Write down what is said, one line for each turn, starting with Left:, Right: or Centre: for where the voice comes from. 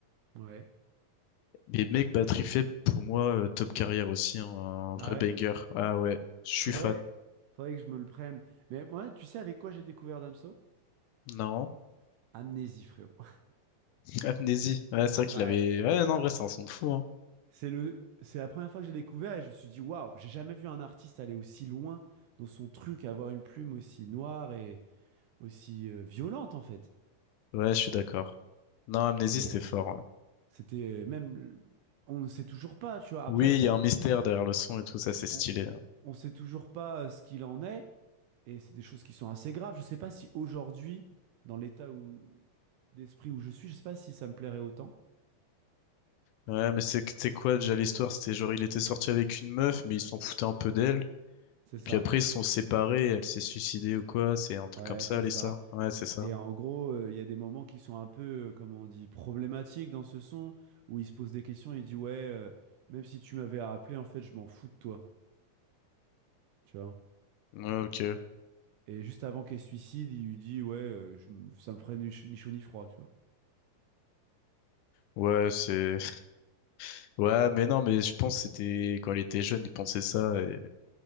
Right: Ouais.
Left: Mais mec, Battery Faible, pour moi, euh, top carrière aussi, hein, un vrai
Right: Ah ouais.
Left: banger. Ah ouais, je suis
Right: Faudrait,
Left: fan.
Right: faudrait que je me le prenne. Mais moi, tu sais avec quoi j'ai découvert Damso?
Left: Non,
Right: Amnésie, frérot. <laughs>
Left: <laughs> Amnésie. Ouais, c'est vrai qu'il
Right: Ouais.
Left: avait... Ouais, non, en vrai, c'est un son de fou, hein.
Right: C'est le, c'est la première fois que j'ai découvert et je me suis dit, waouh, j'ai jamais vu un artiste aller aussi loin dans son truc, avoir une plume aussi noire et aussi euh, violente en fait.
Left: Ouais, je suis d'accord. Non, Amnésie,
Right: Et
Left: c'était
Right: euh,
Left: fort. ouais.
Right: c'était même, on ne sait toujours pas, tu vois. Après,
Left: Oui, il y a un mystère derrière le son et tout ça, c'est stylé.
Right: on
Left: hein.
Right: ne sait toujours pas euh, ce qu'il en est et c'est des choses qui sont assez graves. Je ne sais pas si aujourd'hui, dans l'état où, d'esprit où je suis, je ne sais pas si ça me plairait autant.
Left: Ouais, mais c'est c'est quoi déjà l'histoire? C'était genre il était sorti avec une meuf, mais il s'en foutait un peu d'elle.
Right: C'est
Left: Et
Right: ça.
Left: puis après, ils se sont séparés, elle s'est suicidée ou quoi, c'est un truc
Right: Ouais,
Left: comme ça,
Right: c'est
Left: l'histoire.
Right: ça.
Left: Ouais, c'est ça.
Right: Et en gros, euh, il y a des moments qui sont un peu, euh, comment on dit, problématiques dans ce son, où il se pose des questions, il dit, ouais, euh, même si tu m'avais rappelé, en fait, je m'en fous de toi, tu vois.
Left: Ouais, ok.
Right: Et juste avant qu'il se suicide, il lui dit, ouais, euh, je m- ça me ferait ni ch- ni chaud ni froid, tu vois.
Left: Ouais, c'est... <laughs> Ouais, mais non, mais je pense que c'était... Quand il était jeune, il pensait ça. Et...